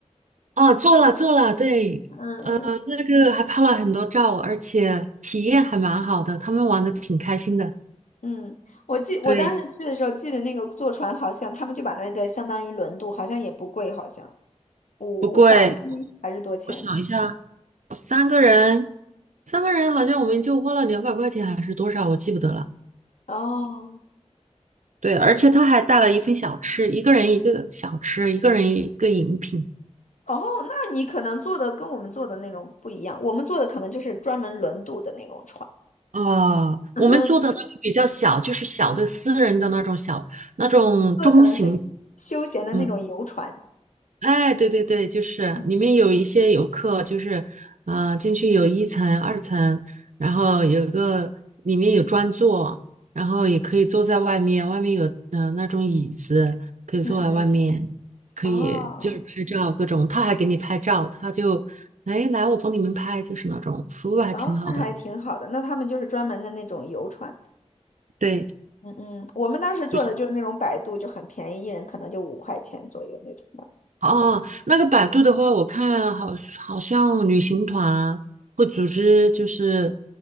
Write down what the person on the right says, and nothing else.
哦，做了做了，对，
呃，那个还拍了很多照，而且体验还蛮好的，他们玩的挺开心的。
对，
不贵，我想一下，嗯，三个人好像我们就花了两百块钱还是多少，我记不得了。
对，而且他还带了一份小吃，一个人一个小吃，一个人一个饮品。
啊，
我们做的那个比较小，
就是小的私人的那种小那种中型，
嗯，哎，对对对，就是里面有一些游客，
就是，嗯、进去有一层、二层，然后有个里面有专座，然后也可以坐在外面，外面有嗯、呃那种椅子，可以坐在外面，
可以就是拍照各种，
他还给你拍照，他就，哎，来我帮你们拍，就是那种服务还挺好的，
对，
不是。
哦，那个百度的话，我看好好像旅行团会组织，就是